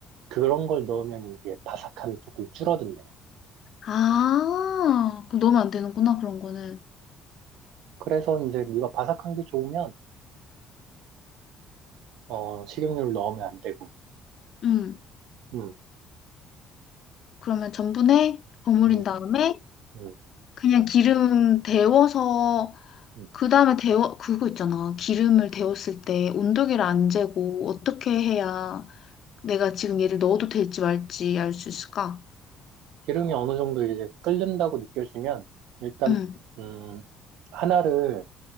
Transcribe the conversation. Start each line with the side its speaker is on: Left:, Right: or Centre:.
Right: 그런 걸 넣으면 이제 바삭함이 조금 줄어든대.
Left: 아, 그럼 넣으면 안 되는구나, 그런 거는.
Right: 그래서 이제 네가 바삭한 게 좋으면 어, 식용유를 넣으면 안 되고.
Left: 음.
Right: 음,
Left: 그러면 전분에 버무린
Right: 음,
Left: 다음에
Right: 음,
Left: 그냥 기름 데워서
Right: 음.
Left: 그 다음에 데워 그거 있잖아. 기름을 데웠을 때 온도계를 안 재고 어떻게 해야 내가 지금 얘를 넣어도 될지 말지 알 수 있을까?
Right: 기름이 어느 정도 이제 끓는다고 느껴지면 일단
Left: 음.
Right: 음 하나를